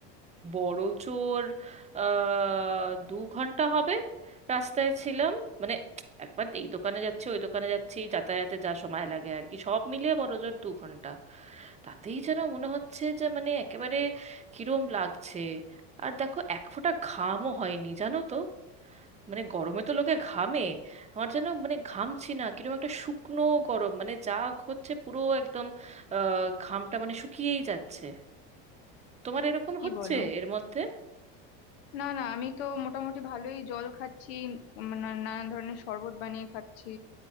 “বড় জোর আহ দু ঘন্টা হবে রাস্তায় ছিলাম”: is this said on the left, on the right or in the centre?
Right